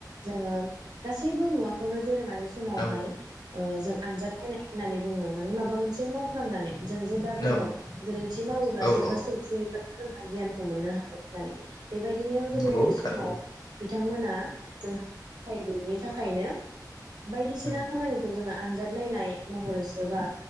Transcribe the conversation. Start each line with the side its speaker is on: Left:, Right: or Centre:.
Right: जोङो गासैबो मुवाखौनो दोरोङारि समावहाय
Left: औ
Right: ओ जों आनजाद नायनाय होननानै बुंगोन माने माबा मोनसे मावफ्लांनानै जों जे दा बुङो
Left: औ
Right: गोरोन्थि मावोब्लासो
Left: औ औ
Right: बा सौथुयोब्ला जोंहा गियानखौ मोननो हायो होननानै बेबायदिनो गोदोनि
Left: नंगौ
Right: समाव
Left: थारैनो
Right: बिथांमोना जोंहा सोलोंथाय गैयिनि थाखायनो बायदिसिना
Left: उम
Right: जोङो आनजाद नायनाय महरैसोबा